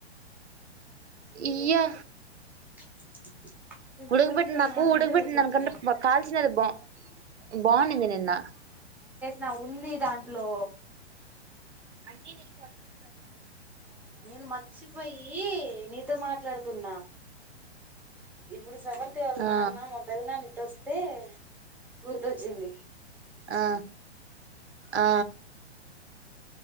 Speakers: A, on the right; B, in the centre.
A: ఇయ్యా
B: <inaudible> ఇప్పుడు
A: ఉడకబెట్టిన
B: సేవంతి వాళ్ళ
A: నాకు
B: నాన్న
A: ఉడకబెట్టింది
B: పోతే గుర్తొచ్చింది
A: దానికంటే కాల్చినది బా బాగుండింది నిన్న
B: నా ఉంది దాంట్లో
A: అన్నీ నీకు జప్తుంటారు బా
B: నేను మర్చిపోయి నీ తో మాట్లాడుతున్నా ఇప్పుడు స్రవంతి వాళ్
A: ఆ
B: నాన్న మా పెద్ద ఇటోస్ తే గుర్తొచ్చింది
A: ఆ ఆ